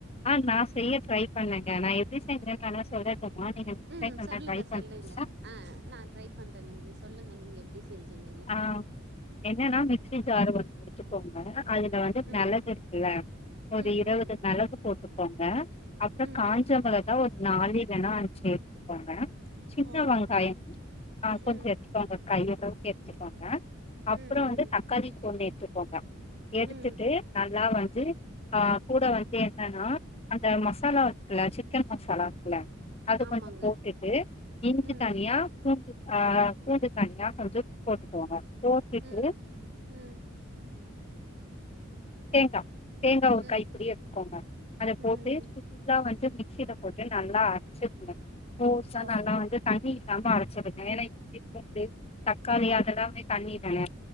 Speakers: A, on the left; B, on the right.
A: ஆ நா செய்ய ட்ரை பண்ணங்க நா எப்டி செஞ்சேன் கணவர் சொல்றார் அப்றமா நீங்க நெக்ஸ்ட்
B: ம்
A: டைம் வேணா
B: சொல்லுங்க
A: ட்ரை
B: சொல்லுங்க
A: பண்றீங்களா
B: ஆ நா ட்ரை பண்றேங்க நீங்க சொல்லுங்க நீங்க எப்டி செஞ்சீங்கன்னு
A: ஆ என்னன்னா மிக்சி ஜார <unintelligible> எத்துக்கோங்க அதுல வந்து மெளகு
B: ம்
A: இருக்குல்ல ஒரு
B: ம்
A: இருவது மெளகு போட்டுக்கோங்க அப்றம்
B: ம்
A: காஞ்ச
B: ம்
A: மெளகா ஒரு நாலு இல்லனா அஞ்சி எடுத்துக்கோங்க சின்ன
B: ஓ
A: வெங்காயம் ஆ கொஞ்சம்
B: ம்
A: எடுத்துக்கோங்க கையளவு சேத்துக்கோங்க அப்றம்
B: ம்
A: வந்து
B: ம்
A: தக்காளி ஒன்னு எடுத்துக்கோங்க எடுத்துட்டு
B: ம்
A: நல்லா வந்து ஆ கூட வந்து என்னன்னா அந்த மசாலா இருக்குல்ல சிக்கன் மசாலா இருக்குல அது
B: ஆமாங்க
A: கொஞ்சம் போட்டுட்டு இஞ்சி
B: ம்
A: தனியா பூண்டு ஆ பூண்டு தனியா கொஞ்சோ போட்டுக்கோங்க போட்டுட்டு
B: ம் ம்
A: தேங்கா தேங்கா ஒரு
B: ம்
A: கை புடி எடுத்துக்கோங்க அத போட்டு
B: ம்
A: நல்லா வந்து மிக்சில போட்டு நல்லா அரச்சிக்குனு கோர்சா
B: ஓ
A: நல்லா வந்து தண்ணி இல்லாம அரச்சிக்கோங்க ஏன்னா இஞ்சி பூண்டு தக்காளி அதெல்லாமே தண்ணி தான